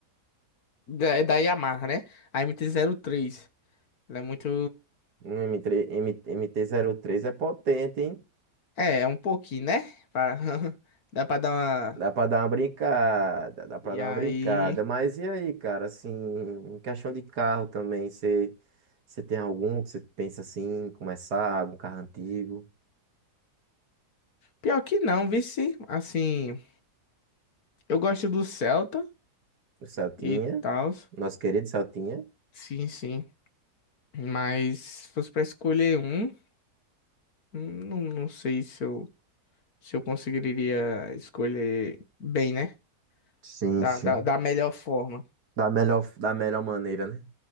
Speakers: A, on the left (about 65°); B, on the right (about 75°).
A: da, é da Yamaha, né? A MT-03. Ela é muito.
B: Um M3, M, 3 m mt três é potente, hein?
A: É, é um pouquinho, né? Pra- <laughs> Dá pra dar uma.
B: Dá pra dar uma brincada, dá pra
A: E
B: dar
A: aí.
B: uma brincada. Mas e aí, cara, assim, em questão de carro também, você você tem algum que você pensa assim, em começar, algum carro antigo?
A: Pior que não, vice. Assim, eu gosto do Celta
B: O Celtinha,
A: e tal.
B: nosso querido Celtinha.
A: Sim, sim. Mas se fosse pra escolher um, não, não sei se eu, se eu conseguiria escolher bem, né?
B: Sim,
A: Da,
B: sim.
A: da, da melhor forma.
B: Da melhor, da melhor maneira, né?